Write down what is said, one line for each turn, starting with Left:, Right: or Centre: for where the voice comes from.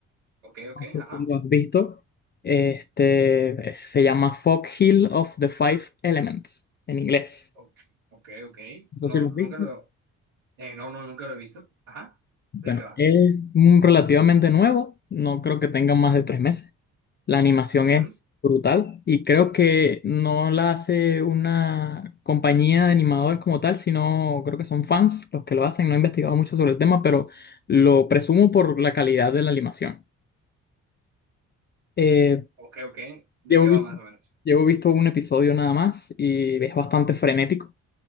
Right: Ok, ok,
Left: No sé
Right: ajá.
Left: si lo has visto. Este se llama Fog Hill of the Five Elements en inglés.
Right: Ok, ok. ok.
Left: No
Right: No,
Left: sé si lo has
Right: nunca
Left: visto.
Right: lo... eh, no, no, nunca lo he visto. Ajá.
Left: Bueno,
Right: ¿De qué va?
Left: es mm, relativamente nuevo. No creo que tenga más de tres meses. La animación
Right: Ujú.
Left: es brutal y creo que no la hace una compañía de animadores como tal, sino creo que son fans los que lo hacen. No he investigado mucho sobre el tema, pero lo presumo por la calidad de la animación. Eh,
Right: Ok, ok. ¿De
Left: llevo
Right: qué
Left: visto,
Right: va más o menos?
Left: llevo visto un episodio nada más y es bastante frenético.